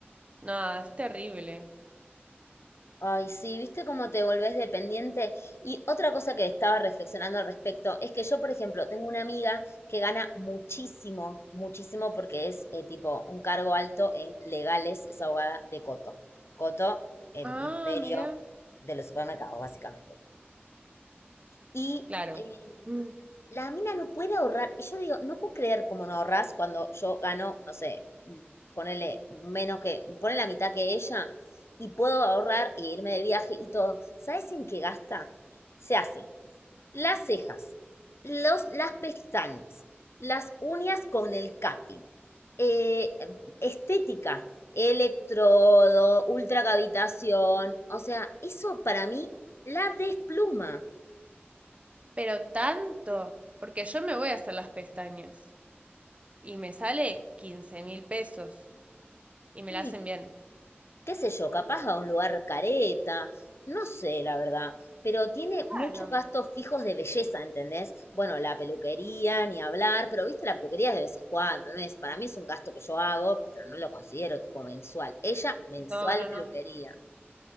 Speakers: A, on the right; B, on the left.
A: Nada, es terrible.
B: Ay, sí, viste cómo te volvés dependiente. Y otra cosa que estaba reflexionando al respecto es que yo, por ejemplo, tengo una amiga que gana muchísimo, muchísimo porque es eh, tipo un cargo alto en legales, es abogada de Coto. Coto, el
A: Ah,
B: imperio
A: mira.
B: de los supermercados, básicamente. Y
A: Claro.
B: eh,
A: Mm.
B: la mina no puede ahorrar. Y yo digo, no puedo creer cómo no ahorras cuando yo gano, no sé, mm, ponele menos que, ponele la mitad que ella y puedo ahorrar e irme de viaje y todo. ¿Sabes en qué gasta? Se hace las cejas, los, las pestañas, las uñas con el cutting, eh, estética, electrodo, ultracavitación. O sea, eso para mí la despluma.
A: Pero tanto, porque yo me voy a hacer las pestañas y me sale quince mil pesos y me
B: Y
A: la hacen bien.
B: qué sé yo, capaz a un lugar careta, no sé, la verdad, pero tiene
A: Claro.
B: muchos gastos fijos de belleza, ¿entendés? Bueno, la peluquería, ni hablar, pero viste, la peluquería es de vez en cuando, ¿no es? Para mí es un gasto que yo hago, pero no lo considero tipo mensual. Ella, mensual
A: No, no,
B: peluquería.
A: no.